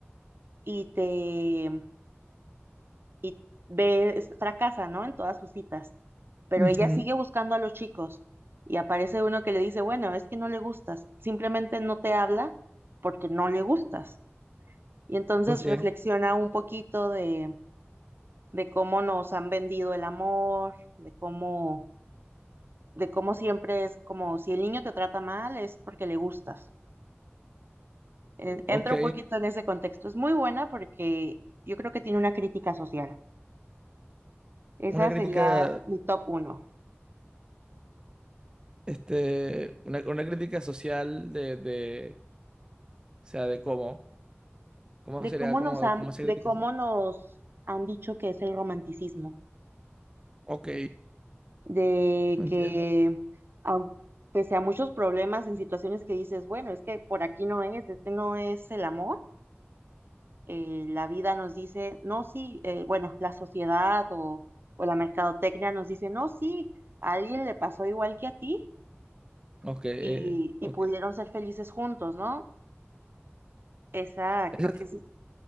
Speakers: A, on the right (about 55°); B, on the right (about 20°).
A: y te y ve, es- fracasa, ¿no? En todas sus citas, pero
B: Ujú.
A: ella sigue buscando a los chicos y aparece uno que le dice, bueno, es que no le gustas, simplemente no te habla porque no le gustas. Y entonces
B: Ok,
A: reflexiona un poquito de, de cómo nos han vendido el amor, de cómo, de cómo siempre es como si el niño te trata mal es porque le gustas. Eh,
B: ok.
A: Entra un poquito en ese contexto. Es muy buena porque yo creo que tiene una crítica social. Esa
B: Una crítica,
A: sería mi top uno.
B: este, una, una crítica social de, de, o sea, de cómo, cómo
A: de
B: sería,
A: cómo
B: cómo,
A: nos han,
B: cómo se
A: de
B: critica.
A: cómo nos han dicho que es el romanticismo,
B: Ok,
A: de
B: entiendo.
A: que au- pese a muchos problemas en situaciones que dices, bueno, es que por aquí no es, este no es el amor, eh, la vida nos dice, no, sí, eh, bueno, la sociedad o, o la mercadotecnia nos dice, no, sí, a alguien le pasó igual que a ti
B: Ok, eh,
A: y, y
B: ok.
A: pudieron ser felices juntos, ¿no? Esa
B: Ese
A: creo
B: es,
A: que es